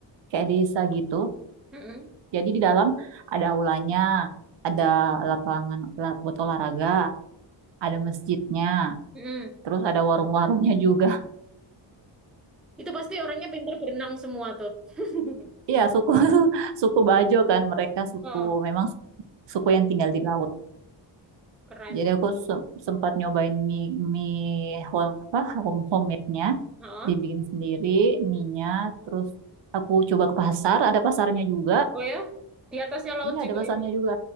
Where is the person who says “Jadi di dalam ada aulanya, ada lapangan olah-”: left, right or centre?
Right